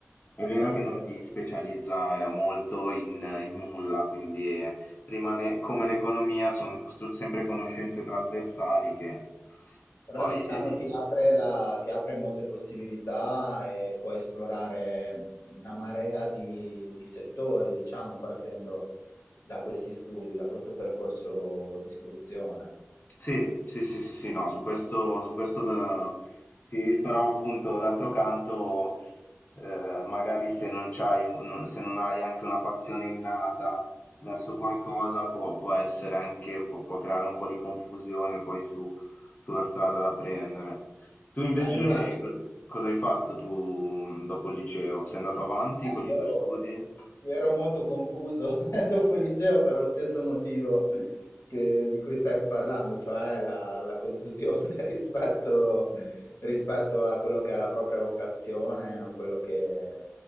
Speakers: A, on the left; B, on the left.
A: È vero
B: Certo.
A: che non ti specializza eh, molto in, in nulla, quindi eh, rimane come l'economia, sono s- sempre conoscenze trasversali che
B: Però
A: poi
B: diciamo
A: devi,
B: ti apre, la- ti apre molte possibilità e puoi esplorare una marea di, di settori, diciamo, partendo da questi studi, da questo percorso di istruzione.
A: Sì, sì, sì, sì, sì, no, su questo, su questo eh, sì, però appunto d'altro canto, eh, magari se non c'hai un- se non hai anche una passione innata verso qualcosa, può, può essere anche, può, può creare un po' di confusione poi su- sulla strada da prendere. Tu invece
B: Eh, immagino.
A: co- cosa hai fatto tu mh, dopo il liceo? Sei andato avanti
B: Eh,
A: con i
B: io,
A: tuoi studi?
B: Io ero molto confuso <laughs> dopo il liceo per lo stesso motivo che- di cui stai parlando, cioè la, la confusione <laughs> rispetto, rispetto a quello che è la propria vocazione o quello che,